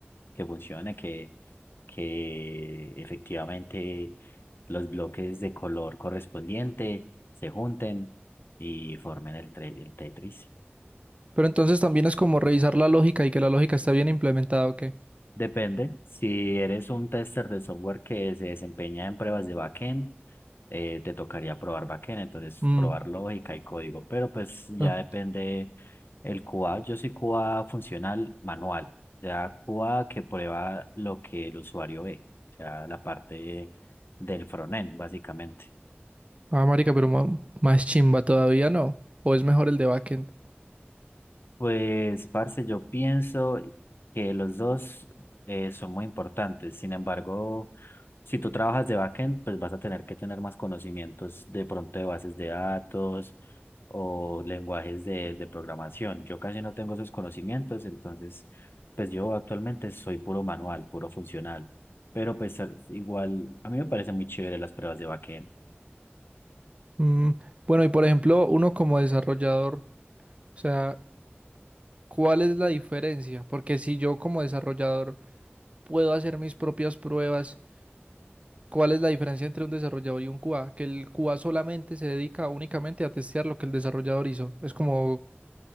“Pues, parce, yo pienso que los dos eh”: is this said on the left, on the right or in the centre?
Left